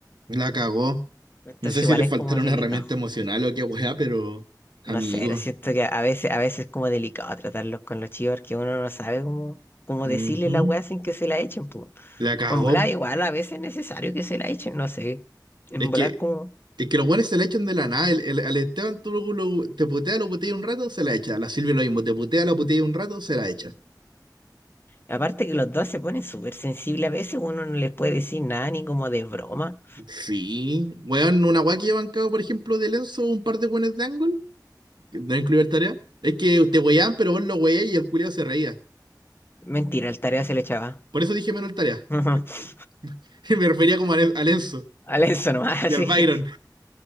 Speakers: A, on the right; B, on the left.
A: la cagó.
B: Entonces
A: No sé
B: igual
A: si le
B: es
A: faltaron
B: como delicado.
A: herramienta emocional o qué hueá, pero... Amigo.
B: No sé, pero siento que a veces, a veces es como delicado tratarlos con los chivos porque uno no sabe cómo, cómo
A: Ujú.
B: decirle la weá sin que se la echen, pues.
A: La cagó.
B: O en volar igual a veces es necesario que se la echen, no sé. En
A: Es
B: volar
A: que,
B: como...
A: es que los buenos se la echan de la nada. El, el- al Esteban tú lo- lo- te putea, lo putea un rato, se la echa. A la Silvia lo mismo, te putea, la putea un rato, se la echa.
B: Aparte que los dos se ponen súper sensibles, a veces uno no les puede decir nada ni como de broma.
A: Sí. Weón, una guay que yo he bancado, por ejemplo, de Lenzo, un par de buenos de Angle, que no incluye el tarea. Es que te weaban, pero vos lo weé y el culiao se reía.
B: Mentira, el tarea se le echaba.
A: Por eso dije menos el tarea.
B: <laughs>
A: <laughs> Me refería como a, Len- a Lenzo
B: Al eso nomás,
A: y
B: <laughs> así.
A: al Byron.